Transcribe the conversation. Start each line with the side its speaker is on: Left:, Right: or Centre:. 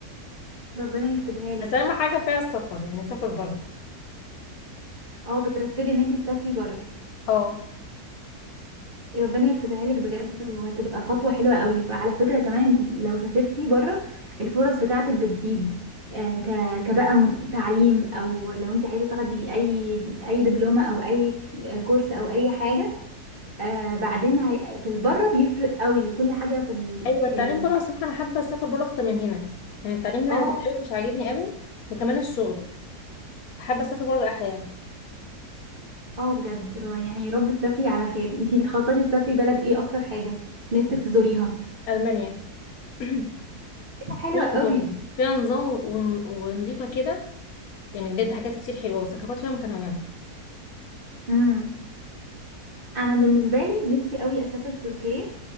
Right: ربنا يكتبها
Left: بس
Right: لك
Left: اهم حاجه فيها السفر يعني سافر بره
Right: اه بترتبي ان انتي تسافري بره
Left: اه
Right: ربنا يكتبها لك بجد وهتبقى خطوه حلوه قوي وعلى فكره كمان انتي لو سافرتي بره الفرص بتاعتك بتزيد آه، ك كبقى م- تعليم او لو انتي عايزه تاخدي اي اي دبلومه او اي كورس او اي حاجه آه بعدين هي... في البره بيفرق قوي وكل حاجه في ال
Left: ايوه
Right: ال
Left: التعليم بره الصراحه انا حابه اسافر بره اكتر من هنا يعني التعليم هنا
Right: اه
Left: مش قوي مش عاجبني قوي وكمان الشغل حابه اسافر بره احلى يعني
Right: اه بجد رو- يعني يا رب تسافري على خير انتي بتخططي تسافري بلد ايه اكتر حاجه نفسك تزوريها
Left: المانيا <clears throat>
Right: إيه ده حلوه
Left: فيها
Right: قوي
Left: نظام فيها نظام ون- ونضيفه كده يعني بجد حاجات كتير حلوه وثقافات فيها متنوعه
Right: امم انا بالنسبه لي نفسي قوي اسافر تركيا